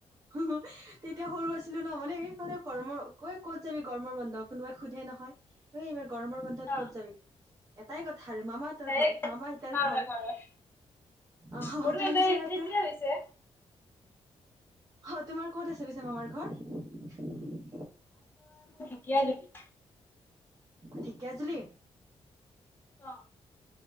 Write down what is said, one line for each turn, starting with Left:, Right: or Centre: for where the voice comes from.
Right: হু, হু তেতিয়া সৰু আছিলো ন। মানে এই ফালে গৰমৰ কৈ ক'ত যাবি, গৰমৰ বন্ধ কোনোবাই সোধে নহয়, ত এইবাৰ গৰমৰ বন্ধত
Left: অ
Right: ক'ত যাবি? এটাই কত আৰু মামতৰ
Left: ডাইৰেক্ট
Right: ঘৰ, মামা আইতাৰ
Left: মামাহঁতৰ
Right: ঘৰ।
Left: ঘৰত
Right: অহ,
Left: মোৰো
Right: অহ তাৰ
Left: এইবাৰ
Right: পিছত আৰু
Left: এতিয়া হৈছে
Right: অ, তোমাৰ ক'ত আছে পিছে মামাৰ ঘৰ?
Left: ঢেকিয়াজুলিত।
Right: ঢেকিয়াজুলি
Left: অ',